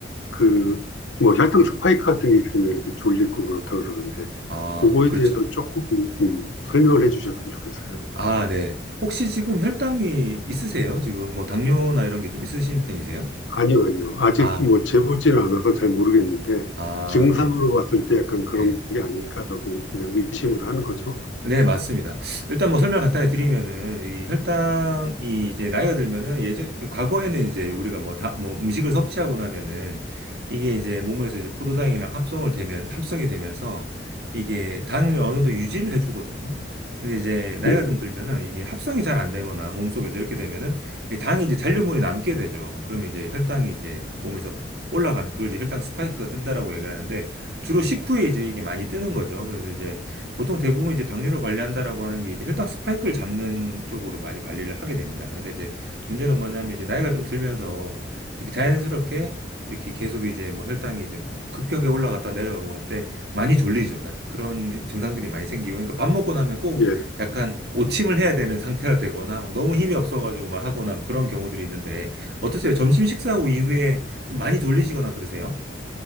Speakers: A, on the left (about 85°); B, on the right (about 55°).
A: 그 뭐 혈당 스파이크 같은 게 있으면 이렇게 졸리고 그렇다 그러던데
B: 아,
A: 그거에
B: 그렇죠.
A: 대해서 조금 음, 설명을 해주셨으면 좋겠어요.
B: 아, 네. 혹시 지금 혈당이 있으세요? 지금 뭐 당뇨나 이런 게 좀 있으신 편이세요?
A: 아니요, 아니요. 아직
B: 아,
A: 뭐 재보지는 않아서 잘 모르겠는데
B: 아,
A: 증상으로
B: 네,
A: 봤을 때 약간 그런
B: 네.
A: 게 아닐까라고 그냥 의심을 하는 거죠.
B: 네, 맞습니다. 일단 뭐 설명 간단히 드리면은 이 혈당이 이제 나이가 들면은 예전 그 과거에는 이제 우리가 뭐 다 뭐 음식을 섭취하고 나면은 이게 이제 몸에서 이제 포도당이랑 합성을 되면 합성이 되면서 이게 당을 어느 정도 유지를 해주거든요. 근데 이제 나이가
A: 네,
B: 좀 들면은 이게 합성이 잘 안 되거나 몸속에서 이렇게 되면은 이 당이 이제 잔류물이 남게 되죠. 그러면 이제 혈당이 이제 몸에서 푹 올라가는 그걸 이제 혈당 스파이크가 뜬다라고 얘기를 하는데 주로 식후에 이제 이게 많이 뜨는 거죠. 그래서 이제 보통 대부분 이제 당뇨를 관리한다라고 하는 게 이제 혈당 스파이크를 잡는 쪽으로 많이 관리를 하게 됩니다. 근데 이제 문제는 뭐냐면 이제 나이가 좀 들면서 이렇게 자연스럽게 이렇게 계속 이제 뭐 혈당이 이제 급격하게 올라갔다 내려가고 할 때 많이 졸리죠, 사실. 그런 증상들이 많이 생기고. 그러니까 밥 먹고 나면 꼭
A: 예,
B: 약간 오침을 해야 되는 상태가 되거나 막 너무 힘이 없어가지고 막 하거나 그런 경우들이 있는데 어떠세요? 점심 식사 후 이후에 좀 많이 졸리시거나 그러세요?